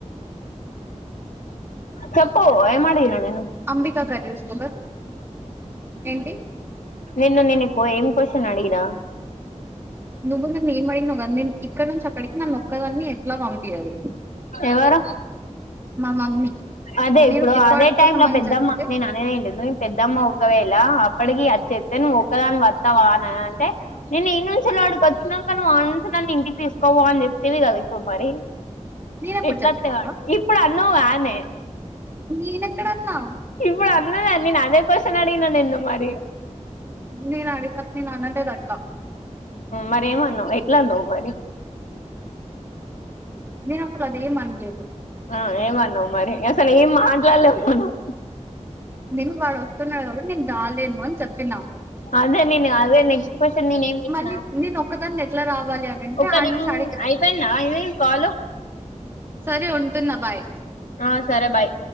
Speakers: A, on the left; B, on the right.
A: చెప్పు ఎం అడిగినా నేను
B: అంబికా అక్క <unintelligible> ఏంటి
A: నిన్ను నేను ఏం క్వశన్ అడినా
B: నిన్న నువ్వు <unintelligible> ఇక్కడ నుంచి ఇక్కడికి నన్ను ఒక్కదాన్ని ఎట్లా పంపియాలి
A: ఎవరు
B: మా మమ్మీ
A: అదే
B: నేను
A: ఇప్పుడు
B: రికార్డ్
A: అదే టైమ్
B: కోసం
A: లో
B: అని
A: పెద్దమ్మ
B: చెప్తే
A: నేను అనేది ఏం <unintelligible> పెద్దమ్మ ఒకవేళ అప్పటికి అచ్చేస్తే నువ్వు ఒక్కదాన్ని వస్తావా అని అంటే నేను ఈ నుంచి అడికి వచ్చినాక నువ్ ఆడ నుంచి నన్ను ఇంటికి తీసుకోవా అని చెప్తది కదా ఇప్పుడు మరి
B: నేను ఎప్పుడు
A: ఎట్ల
B: చెప్పిన
A: వాతావ్ అడ్డకి ఇప్పుడు అన్నావ్ గానే
B: నేనెక్కడ న్నా
A: ఇప్పుడు నేను అదే <unintelligible> అడిగినాను ఎంత మరి
B: <unintelligible> నాన్ అనలేదు అట్లా
A: మరి ఏమన్నావు ఎట్లా అన్నావ్ మరి
B: నేను అసలు అదేం అనలేదు
A: ఆ ఏమ అన్నవ మరి అసను ఏం మాట్లాడలేము మనం
B: నేను వాడు వస్తున్నా కబ్బటి నీను దాలేను అని చెప్పినావు
A: అదే నేను అదే నెక్స్ట్ క్వ్చన్ నేనే ఏం చేసిన
B: మళ్ళీ నేను ఒక్కదాన్ని ఎట్లా రావాలి అని అంటే
A: ఒకే
B: ఆడ నుంచి ఆడికి రా
A: అయిపోయినా ఇ కాల్
B: సరే ఉంటున్నా బాయ్
A: ఆ సరే బాయ్